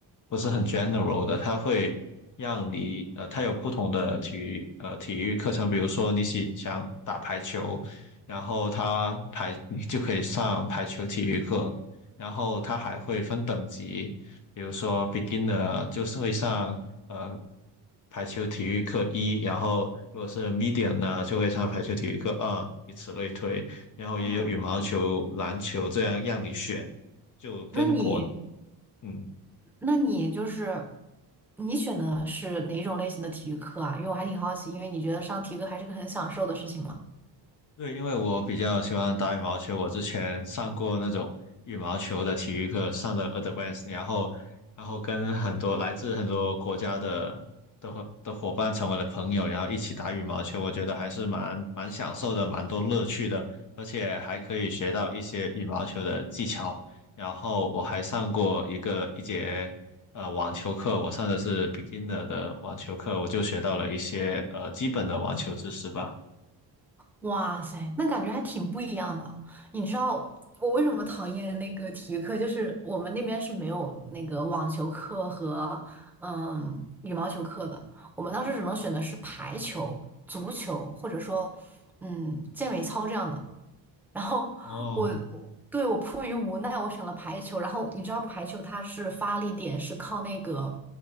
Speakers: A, on the left; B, in the centre.
A: 不是很 general 的，它会。让你呃，它有不同的体育呃体育课程，比如说你喜想打排球，然后它排你就可以上排球体育课，然后它还会分等级，比如说 beginner 就是会上呃排球体育课一，然后如果是 medium 呢，就会上排球体育课二，以此类推，然后也有羽毛球、
B: 嗯，
A: 篮球这样让你选，就跟国
B: 那你？
A: 嗯
B: 那你就是你选的是哪种类型的体育课啊？因为我还挺好奇，因为你觉得上体育课还是个很享受的事情嘛。
A: 对，因为我比较喜欢打羽毛球，我之前上过那种羽毛球的体育课，上的 advanced，然后然后跟很多来自很多国家的的伙的伙伴成为了朋友，然后一起打羽毛球，我觉得还是蛮蛮享受的，蛮多乐趣的，而且还可以学到一些羽毛球的技巧。然后我还上过一个一节呃网球课，我上的是 beginner 的网球课，我就学到了一些呃基本的网球知识吧。
B: 哇塞，那感觉还挺不一样的。你知道我为什么讨厌那个体育课？就是我们那边是没有那个网球课和嗯羽毛球课的，我们当时只能选的是排球、足球，或者说嗯健美操这样的。然后我
A: 哦，
B: 对我迫于无奈，我选了排球。然后你知道排球它是发力点是靠那个